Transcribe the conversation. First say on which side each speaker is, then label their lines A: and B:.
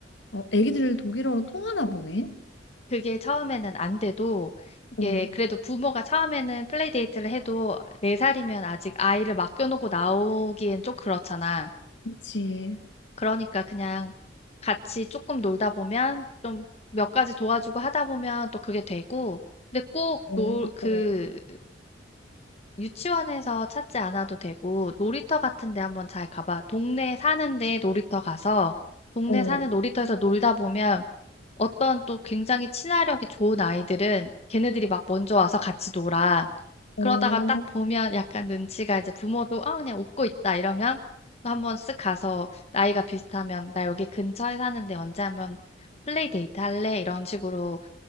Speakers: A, on the left; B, on the left.
A: 어, 애기들 독일어로 통하나 보네.
B: 그게 처음에는 안 돼도 이게
A: 어,
B: 그래도 부모가 처음에는 플레이데이트를 해도 네살이면 아직 아이를 맡겨놓고 나오기엔 좀 그렇잖아.
A: 그치.
B: 그러니까 그냥 같이 조금 놀다 보면 좀 몇 가지 도와주고 하다 보면 또 그게 되고 근데 꼭
A: 어,
B: 놀, 그
A: 어,
B: 유치원에서 찾지 않아도 되고 놀이터 같은 데 한번 잘 가봐. 동네에 사는데 놀이터 가서 동네
A: 어.
B: 사는 놀이터에서 놀다 보면 어떤 또 굉장히 친화력이 좋은 아이들은 걔네들이 막 먼저 와서 같이 놀아.
A: 어.
B: 그러다가 딱 보면 약간 눈치가 이제 부모도 아 그냥 웃고 있다 이러면 또 한번 쓱 가서 나이가 비슷하면 나 여기 근처에 사는데 언제 한번 플레이 데이트 할래? 이런 식으로